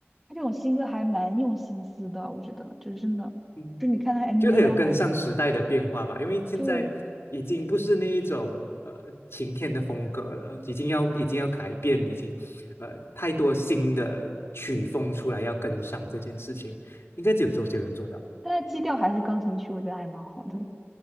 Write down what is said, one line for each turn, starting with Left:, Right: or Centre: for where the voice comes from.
Centre: 他这种新歌还蛮用心思的，我觉得就是真的，
Left: 嗯，
Centre: 就是你看他 MV
Left: 就他有跟上时代的变化吧，
Centre: 啊，还有是
Left: 因为现在已经不是那一种呃晴天的风格了，
Centre: 对，
Left: 已经要已经要改变，已经呃太多新的曲风出来要跟上这件事情，应该只有周杰伦做到。
Centre: 但他基调还是钢琴曲，我觉得还蛮好的。